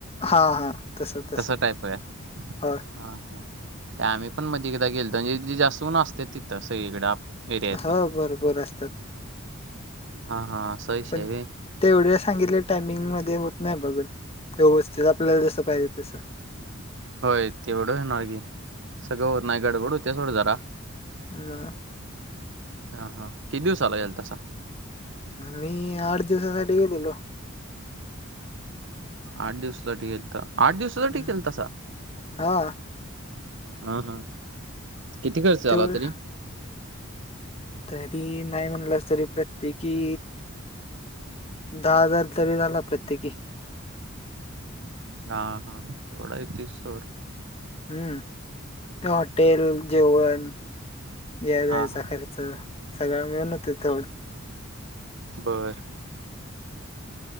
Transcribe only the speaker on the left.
हा हा तसं तसं
हो
ह बरोबर असतात
पण
तेवढे सांगितले टायमिंग मध्ये नाही बघत व्यवस्थित आपल्याला जस पाहिजे तसं
ना
मी आठ दिवसासाठी गेलेलो
हम्म.
हा
तेवढ
तरी नाही म्हणलंस तरी प्रत्येकी दहा हजार तरी झाला प्रत्येकी
हम्म हॉटेल जेवण या जायचा
खर्च सगळ मिळून होते थवढ